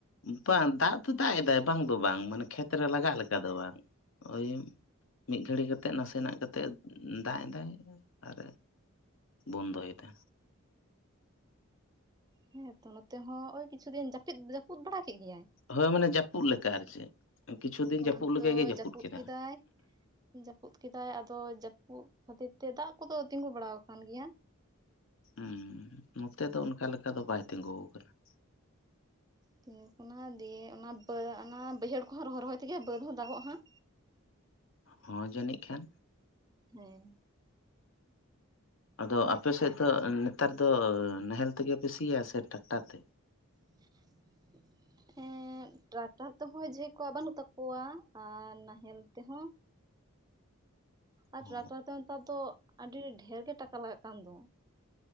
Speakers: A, on the left; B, on the right.
A: ᱵᱟᱝ ᱫᱟᱜ ᱫᱚ ᱫᱟᱜ ᱮᱫᱟᱭ ᱵᱟᱝ ᱫᱚ ᱵᱟᱝ ᱢᱟᱱᱮ ᱠᱷᱮᱛ ᱨᱮ ᱞᱟᱜᱟᱜ ᱞᱮᱠᱟ ᱫᱚ ᱵᱟᱝ ᱳᱭ ᱢᱤᱫ ᱜᱷᱟᱹᱲᱤ ᱠᱟᱛᱮᱜ ᱱᱟᱥᱮᱱᱟᱜ ᱠᱟᱛᱮᱜ ᱮ ᱫᱟᱜ ᱮᱫᱟᱭ ᱟᱨ ᱵᱚᱱᱫᱚ ᱭᱮᱫᱟ᱾
B: ᱦᱮᱸᱛᱚ ᱱᱚᱛᱮ ᱦᱚᱸ ᱳᱭ ᱠᱤᱪᱷᱩ ᱫᱤᱱ ᱡᱟᱹᱯᱤᱫ ᱡᱟᱹᱯᱩᱫ ᱵᱟᱲᱟ ᱠᱮᱜ ᱜᱮᱭᱟᱭ᱾
A: ᱦᱳᱭ ᱢᱟᱱᱮ ᱡᱟᱹᱯᱩᱜ ᱞᱮᱠᱟ ᱟᱨ ᱪᱮᱜ ᱠᱤᱪᱷᱩ ᱫᱤᱱ
B: ᱵᱟᱝ
A: ᱡᱟᱹᱯᱩᱜ ᱞᱮᱠᱟᱜᱮ
B: ᱛᱚ
A: ᱡᱟᱹᱯᱩᱜ
B: ᱡᱟᱹᱯᱩᱫ
A: ᱠᱮᱫᱟ᱾
B: ᱠᱮᱫᱟᱭ ᱡᱟᱹᱯᱩᱫ ᱠᱮᱫᱟᱭ ᱟᱫᱚ ᱡᱟᱹᱯᱩᱫ ᱠᱷᱟᱹᱛᱤᱨ ᱛᱮ ᱫᱟᱜ ᱠᱚᱫᱚ ᱛᱤᱸᱜᱩ ᱵᱟᱲᱟ ᱣᱟᱠᱟᱱ ᱜᱮᱭᱟ᱾
A: ᱦᱩᱸ ᱱᱚᱛᱮ ᱫᱚ ᱚᱱᱠᱟ ᱞᱮᱠᱟ ᱫᱚ ᱵᱟᱭ ᱛᱤᱜᱩ ᱠᱟᱱᱟᱱ᱾
B: ᱫᱤᱭᱟᱹᱯ ᱚᱱᱟᱦᱚ ᱫᱤᱭᱮ ᱚᱱᱟ ᱯᱟᱹᱲ ᱚᱱᱟ ᱵᱟᱹᱭᱦᱟᱹᱲ ᱠᱚᱦᱚᱸ ᱨᱚᱦᱚᱭ ᱨᱚᱦᱚᱭ ᱛᱮᱜᱮ ᱵᱟᱹᱫᱽ ᱦᱚᱸ ᱫᱟᱜᱚᱜ-ᱟ ᱦᱟᱜ᱾
A: ᱦᱚᱸ ᱡᱟᱹᱱᱤᱡ ᱠᱷᱟᱱ᱾
B: ᱦᱮᱸ
A: ᱟᱫᱚ ᱟᱯᱮ ᱥᱮᱜ ᱫᱚ ᱱᱮᱛᱟᱨ ᱫᱚ ᱱᱟᱦᱮᱞ ᱛᱮᱜᱮ ᱯᱮ ᱥᱤᱭᱟ ᱥᱮ ᱴᱨᱟᱠᱴᱟᱨ ᱛᱮ?
B: <inaudible> ᱦᱮᱸ ᱴᱨᱟᱠᱴᱟᱨ ᱛᱮᱦᱚᱸ ᱡᱮ ᱠᱚᱣᱟᱜ ᱵᱟᱹᱱᱩᱜ ᱛᱟᱠᱚᱣᱟ ᱟᱨ ᱱᱟᱦᱮᱞ ᱛᱮᱦᱚᱸ ᱟᱨ
A: ᱚ
B: ᱴᱨᱟᱠᱴᱟᱨ ᱛᱮ ᱦᱚᱸ ᱱᱮᱛᱟᱨ ᱫᱚ ᱟᱹᱰᱤ ᱰᱷᱮᱨ ᱜᱮ ᱴᱟᱠᱟ ᱞᱟᱜᱟᱜ ᱠᱟᱱ ᱫᱚ᱾